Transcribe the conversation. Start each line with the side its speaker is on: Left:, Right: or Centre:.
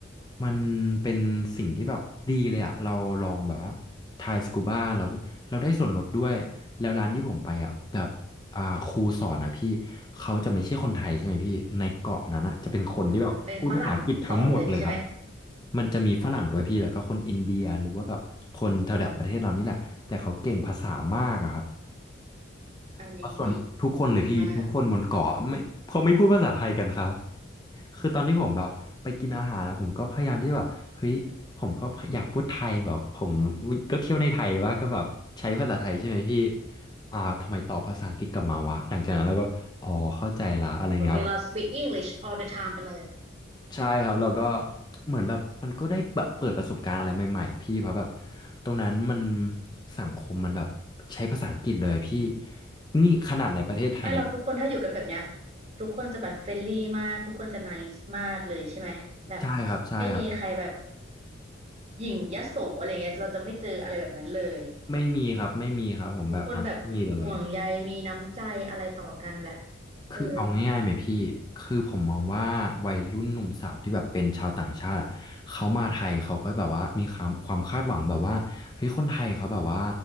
Left: มันเป็นสิ่งที่แบบดีเลยอะเราลองแบบว่าทายสกูบ้าแล้วเราได้ส่วนลดด้วยแล้วร้านที่ผมไปอะแบบอ่าครูสอนนะพี่เขาจะไม่ใช่คนไทยใช่ไหมพี่ในเกาะนั้นอะจะเป็นคนที่แบบพูดภาษาอังกฤษทั้งหมดเลยครับ
Right: อืมเป็นฝรั่งสอนเลยใช่ไหม
Left: มันจะมีฝรั่งด้วยพี่แล้วก็คนอินเดียหรือว่าแบบคนแถวๆประเทศเรานี่แหละแต่เขาเก่งภาษามากอะครับ
Right: อันนี้ดี
Left: เพราะส่วนทุกคนเลยพี่ทุกคนบนเกาะไม่เขาไม่พูดภาษาไทยกันครับ
Right: ดีมาก
Left: คือตอนที่ผมแบบไปกินอาหารแล้วผมก็พยายามที่แบบเฮ้ยผมก็อยากพูดไทยแบบผมก็เที่ยวในไทยว่าก็แบบใช้ภาษาไทยใช่ไหมพี่อ่าทำไมตอบภาษาอังกฤษกลับมาวะหลังจากนั้นเราก็อ๋อเข้าใจละอะไรเงี้ย
Right: โอเคเรา speak English all the time ไปเลย
Left: ใช่ครับเราก็เหมือนแบบมันก็ได้แบบเปิดประสบการณ์อะไรใหม่ๆอะพี่เพราะแบบตรงนั้นมันสังคมมันแบบใช้ภาษาอังกฤษเลยอะพี่นี่ขนาดในประเทศไทยใน
Right: ไม่เราทุกคนถ้าอยู่กันแบบเนี้ยทุกคนจะแบบเฟรนลี่มากทุกคนจะ nice มากเลยใช่ไหมแบบ
Left: ใช่ครับใช่ครับ
Right: ไม่มีใครแบบหยิ่งยโสอะไรเงี้ยเราจะไม่เจออะไรแบบนั้นเลย
Left: ไม่มีครับไม่มีครับผมแบบนั้นไม่มีเลย
Right: ทุกคนแบบห่วงใยมีน้ำใจอะไรต่อกันแบบ
Left: คือเอาง่ายๆไหมพี่
Right: เออ
Left: คือผมมองว่าวัยรุ่นหนุ่มสาวที่แบบเป็นชาวต่างชาติอะเขามาไทยเขาก็แบบว่ามีความความคาดหวังแบบว่าเฮ้ยคนไทยเขาแบบว่า